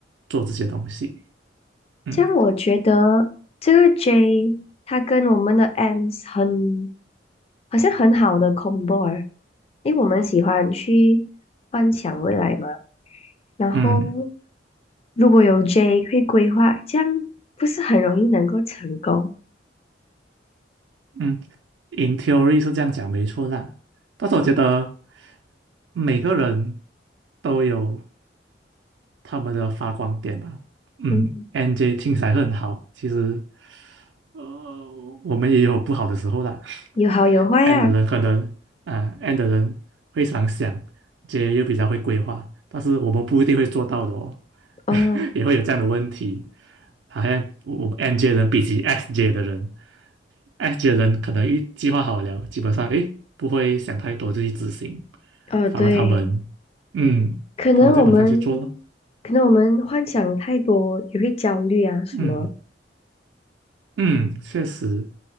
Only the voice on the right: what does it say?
做这些东西。嗯。
嗯
嗯，in theory 是这样讲没错啦，但是我觉得每个人都有他们的发光点吧。嗯，NJ
听起来很好，其实呃我们也有不好的时候啦。<laughs>
N 的人可能啊，N 的人会常想，J 又比较会规划，但是我们不一定会做到的哦，
<laughs> 也会有这样的问题。好像我 NJ 人比起 SJ 的人。I 觉得人可能一计划好了，基本上诶不会想太多就去执行，
反而他们，
嗯，
他们就马上去做咯。
嗯嗯，确实，